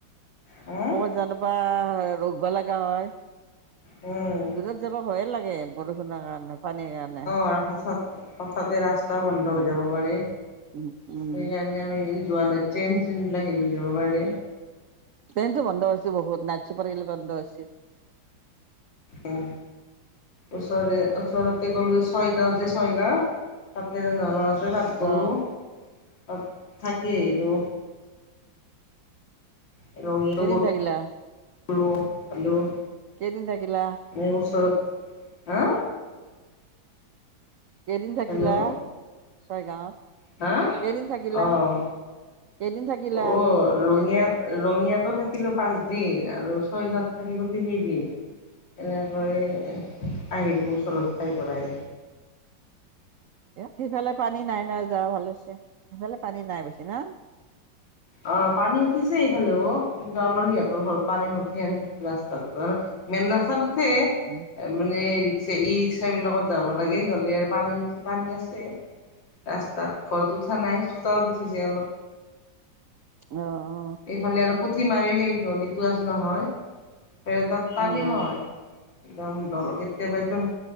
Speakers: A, on the left; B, on the right.
A: হা
B: ক'ৰবাত জালে বা ৰখিব লগা হয়। দূৰত
A: উম
B: যাব ভয়ে লাগে বৰষুণৰ কাৰণে পানীৰ কাৰণে।
A: তাৰ পাছত- হঠাতে ৰাস্তা বন্ধ
B: উম।
A: হৈ যাব পাৰে
B: উম উম
A: সেইকাৰণে আমি যোৱা নাই। ট্ৰেইন চেন বিলাক হেৰি হৈ যাব পাৰে।
B: ট্ৰেইনটো বন্ধ হৈছে বহুত, নাইট ছুপাৰ বিলাক বন্ধ হৈছে।
A: উমঁ। ওচৰে ওচৰতে গ'লো ছয়গাঁও যে ছয়গাঁও তাতে <unintelligible> আছে তাত- গ'লোঁ
B: অ।
A: তাত থাকি আহিলোঁ। <unintelligible>
B: কেইদিন থাকিলা
A: গ'লোঁ খালোঁ।
B: কেইদিন থাকিলা?
A: এ ওচৰত, হাঁ।
B: কেইদিন থাকিল
A: হেল্ল'
B: চয়গাঁৱত?
A: হা
B: কেইদিন থাকিলা
A: অঁ
B: কেইদিন থাকিলা?
A: অ' ৰঙিয়াত ৰঙিয়াতো থাকিলো পাঁচ দিন আৰু ছয় গাওঁত থাকিলো তিনিদিন। এনেকৈ
B: অ
A: আহিলোঁ ওচৰত চাই পেলাই।
B: সিফালে পানী নাই নহয় যাব ভাল হৈছে, সিফালে পানী নাই বেছি না?
A: অঁ' পানী উঠিছে এইফালেও কিন্তু আমাৰ সিহঁতৰ ঘৰত পানী নুঠে আৰু সেইটো ৰাস্তাটোত আৰু। মেইন ৰাস্তাত উঠে
B: উম
A: মানে ৰিক্সা ই ৰিক্সা- ৰিক্সা বিলাকত যাব লাগে গ'লে আৰু পানী আৰু পানী আছে। ৰাস্তাত, ঘৰত উঠা নাই চোতালত উঠিছে অলপ।
B: অ অ
A: এইফালে আৰু পুঠি মাৰি সেই নদীটো আছে নহয়- তাত পানী
B: উম
A: হয়। একদম দল কেতিয়াবা একদম